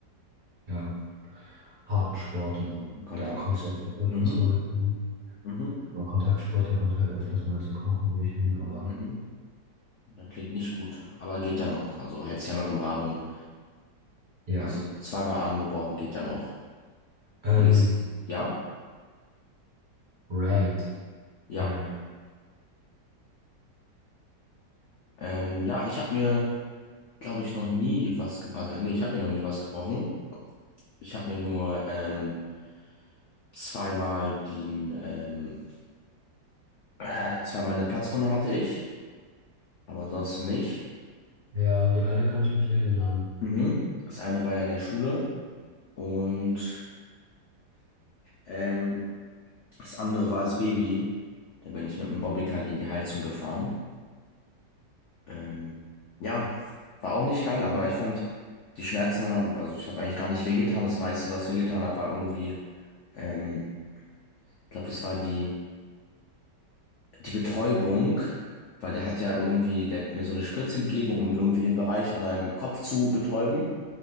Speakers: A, on the right; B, on the left.
A: ja, harten Sport und
B: Kontakt.
A: da kommt es halt öfters
B: Mhm,
A: mal zu, genau,
B: mhm,
A: Kontaktsport, da kommt es halt öfters mal zu Knochenbrüchen, aber
B: mhm. Ja, klingt nicht gut, aber geht ja noch. Also hält sich ja noch im Rahmen.
A: ja.
B: Also zweimal Arm gebrochen geht ja noch.
A: Ähm,
B: Wenigstens. Ja?
A: ranked.
B: Ja.
A: Ja, ja.
B: Ähm, ja, ich habe mir, glaube ich, noch nie was gebrochen. Also, nee, ich habe mir noch nie was gebrochen. Ich habe mir nur ähm, zweimal den, ähm, äh, zweimal eine Platzwunde hatte ich, aber ansonsten nicht.
A: Ja, an die eine kann ich mich erinnern.
B: Mhm. Das eine war ja in der Schule und ähm, das andere war als Baby. Da bin ich mit einem Bobbycar gegen die Heizung gefahren. Ähm, ja, war auch nicht geil, aber ich fand, die Schmerzen haben, also ich habe eigentlich gar nicht wehgetan. Das meiste, was wehgetan hat, war irgendwie, ähm, ich glaube, das war die, die Betäubung, weil der hat ja irgendwie, der hat mir so eine Spritze gegeben, um irgendwie den Bereich an meinem Kopf zu betäuben,